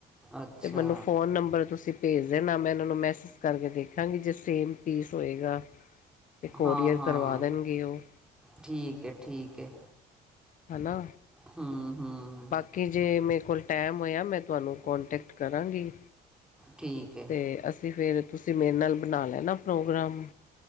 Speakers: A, in the centre; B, on the left.
A: ਅੱਛਾ
B: ਤੇ ਮੈਨੂੰ ਫ਼ੋਨ ਨੰਬਰ ਤੁਸੀਂ ਭੇਜ ਦੇਣਾ ਮੈਂ ਇਹਨਾਂ ਨੂੰ ਮੈਸੇਜ ਕਰਕੇ ਦੇਖਾਂਗੀ ਜੇ ਸੇਮ ਪੀਸ ਹੋਏਗਾ ਤੇ ਕੋਰੀਅਰ
A: ਹਾਂ ਹਾਂ
B: ਕਰਵਾ ਦੇਣਗੇ ਉਹ
A: ਠੀਕ ਹੈ, ਠੀਕ ਹੈ
B: ਹੈਨਾ
A: ਹਮ ਹਾਮ
B: ਕਿ ਜੇ ਮੇਰੇ ਕੋਲ ਟਾਈਮ ਹੋਇਆ ਮੈਂ ਤੁਹਾਨੂੰ ਕੋਂਟੈਕਟ ਕਰਾਂਗੀ
A: ਠੀਕ ਹੈ
B: ਤੇ ਅਸੀਂ ਫਿਰ ਤੁਸੀਂ ਮੇਰੇ ਨਾਲ ਬਣਾ ਲੈਣਾ ਪ੍ਰੋਗਰਾਮ